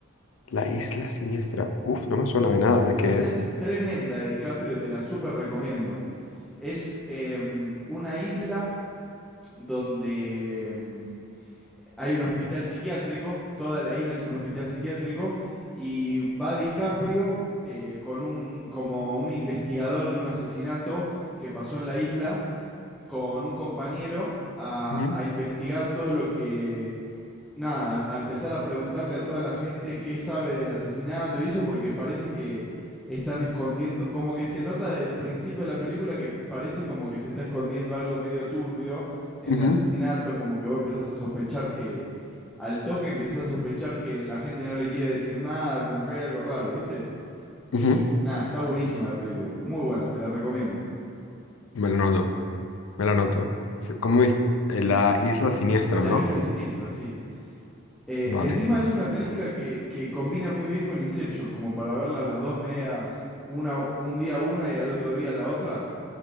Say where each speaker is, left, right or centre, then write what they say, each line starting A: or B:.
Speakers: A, on the left; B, in the centre.
A: La isla siniestra. Uf, no me suena de nada.
B: Uh,
A: ¿De qué
B: esa
A: es?
B: es tremenda de DiCaprio, te la súper recomiendo. Es em, una isla donde em, hay un hospital psiquiátrico, toda la isla es un hospital psiquiátrico, y va DiCaprio eh, con un, como un investigador de un asesinato que pasó en la isla, con un compañero a,
A: Ujú,
B: a investigar todo lo que, nada, a empezar a preguntarle a toda la gente qué sabe del asesinato y eso, porque parece que están escondiendo, como que se nota desde el principio de la película que parece como que se está escondiendo algo medio turbio en
A: ujú.
B: el asesinato, como que vos empezás a sospechar que, al toque empezás a sospechar que la gente no le quiere decir nada, como que hay algo raro, ¿viste? Y
A: Ujú,
B: nada, está buenísima la película, muy buena, te la recomiendo.
A: Me lo noto, me lo noto. Se- ¿Cómo es? Eh, La isla siniestra,
B: La
A: ¿no?
B: Isla Siniestra, sí. Eh,
A: Vale.
B: encima es una película que, que combina muy bien con Inception, como para verlas las dos medias, una, un día una y al otro día la otra.